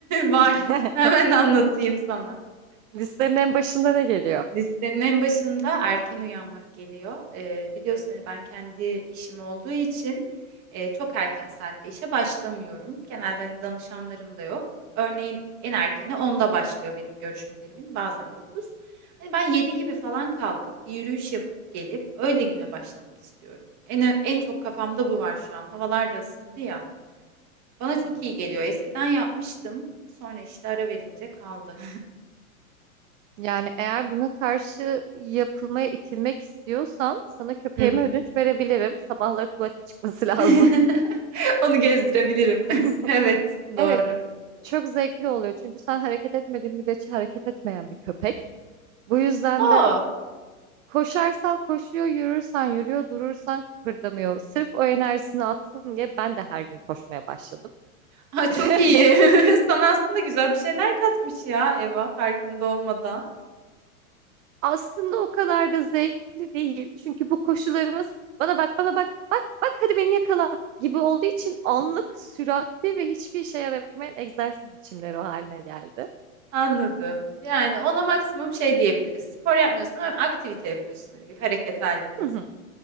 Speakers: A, on the right; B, on the right.
A: var.
B: <laughs>
A: Hemen anlatayım sana.
B: Listenin en başında ne geliyor?
A: Listenin en başında erken uyanmak geliyor. Eee, biliyorsun hani ben kendi işim olduğu için eee, çok erken saatte işe başlamıyorum. Genelde hani danışanlarım da yok. Örneğin en erkeni onda başlıyor benim görüşmelerimin bazen 9. Hani ben 7 gibi falan kalkıp bir yürüyüş yapıp gelip öyle güne başlamak istiyorum. En, ö- en çok kafamda bu var şu an. Havalar da ısındı ya. Bana çok
B: Hmm.
A: iyi geliyor. Eskiden yapmıştım. Sonra işte ara verince kaldı.
B: Yani eğer buna karşı yapılmaya itilmek istiyorsan sana köpeğime
A: <laughs>
B: ödünç verebilirim. Sabahları tuvalete çıkması lazım.
A: <laughs> Onu gezdirebilirim.
B: <laughs>
A: <laughs> Evet, doğru.
B: Evet, çok zevkli oluyor. Çünkü sen hareket etmediğin müddetçe hareket etmeyen bir köpek. Bu yüzden
A: Aa,
B: de koşarsan koşuyor, yürürsen yürüyor, durursan kıpırdamıyor. Sırf o enerjisini atsın diye ben de her gün koşmaya başladım.
A: ha,
B: <laughs>
A: çok iyi. <laughs> Sana aslında güzel bir şeyler katmış ya Eva farkında olmadan.
B: Aslında o kadar da zevkli değil. Çünkü bu koşularımız bana bak bana bak bak bak hadi beni yakala gibi olduğu için anlık, süratli ve hiçbir işe yaramayan egzersiz biçimleri o haline geldi.
A: Anladım. Yani ona maksimum şey diyebiliriz. Spor yapmıyorsun ama aktivite yapıyorsun. Hani bir hareket halindesin.
B: Hı hı.